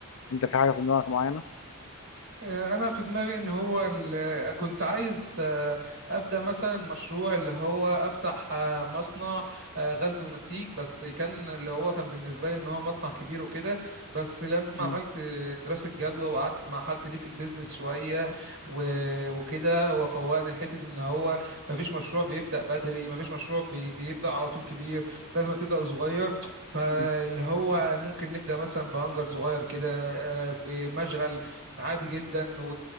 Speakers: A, on the left; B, on the right.
A: انت في حاجة في دماغك معينة؟
B: آه، انا في دماغي ان هو ال- آه، كنت عايز آه، ابدا مثلا مشروع اللي هو افتح آه، مصنع آه، غزل ونسيج بس كان اللي هو كان بالنسبه لي ان هو مصنع كبير وكده بس لما
A: مم.
B: عملت آه، دراسه جدوى وقعدت مع حد ليه في البيزنس شويه و- وكده هو فوقني لحته ان هو مفيش مشروع بيبدا بدري مفيش مشروع بي- بيبدا على طول كبير لازم تبدا صغير فاللي
A: مم.
B: هو ممكن نبدا مثلا بهانجر صغير كده آه، بمشغل عادي جدا و...